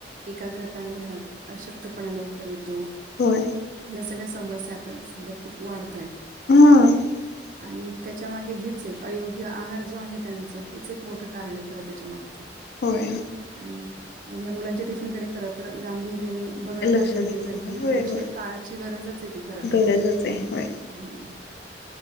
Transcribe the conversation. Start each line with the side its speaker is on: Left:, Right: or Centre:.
Right: एकाग्रताने राहत, अशक्तपणा लवकर येतो
Left: होय
Right: या सगळ्या समस्या आता सध्या खूप वाढतायेत.
Left: ह.
Right: आणि त्याच्यामागे हेचे अयोग्य आहार जो आहे त्यांचा हेच एक मोठं कारणे खरं त्याच्या माग.
Left: होय
Right: आणि मग ह्या मुलांच्या टिफिनकडे खर तर गांभीर् याणी बघणं
Left: लक्ष
Right: फार गरजेचं
Left: दिलं पाहिजे
Right: म्हणजे
Left: होय
Right: पुढची
Left: होय
Right: काळाची गरजचे ती खर तर.
Left: गरजच आहे होय
Right: हम्म.